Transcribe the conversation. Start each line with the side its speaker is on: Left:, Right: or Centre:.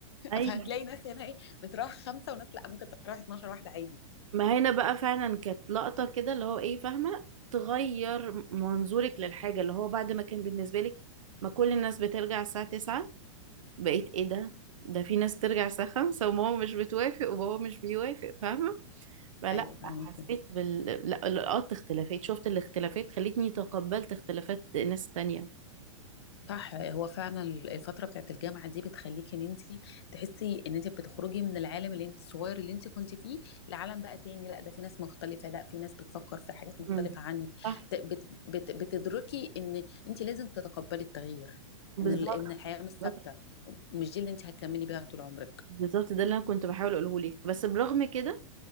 Right: ايوه
Left: فهتلاقي ناس هنا ايه بتروح خمسه وناس لا ممكن تروح 12 واحده عادي
Right: ما هنا بقى فعلا كانت لقطة كده اللي هو ايه فاهمة تغير منظورك للحاجة اللي هو بعد ما كان بالنسبة لك ما كل الناس بترجع الساعة 9 بقيت ايه ده ده في ناس ترجع الساعة 5 وماما مش بتوافق وبابا مش بيوافق فاهمة فلا
Left: ايوه فاهمة
Right: حسيت بال لا لقطت اختلافات شفت الاختلافات خلتني تقبلت اختلافات ناس تانية
Left: صح هو فعلا الفتره بتاعت الجامعه دي بتخليكي ان انت تحسي ان انت بتخرجي من العالم اللي انت الصغير اللي انت كنت فيه لعالم بقى تاني لا ده في ناس مختلفه لا في ناس بتفكر في حاجات مختلفه
Right: مم.
Left: عني
Right: صح
Left: ت- بت بت بتدركي ان انت لازم تتقبلي التغيير
Right: بالظبط
Left: ان ال- ان الحياه مش ثابته
Right: بالظبط
Left: مش دي اللي انت هتكملي بيها طول عمرك
Right: بالظبط، ده اللي انا كنت بحاول اقوله لك بس برغم كده